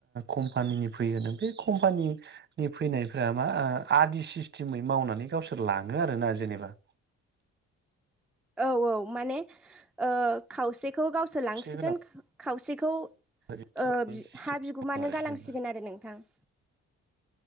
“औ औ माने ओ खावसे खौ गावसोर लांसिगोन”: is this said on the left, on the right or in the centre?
Centre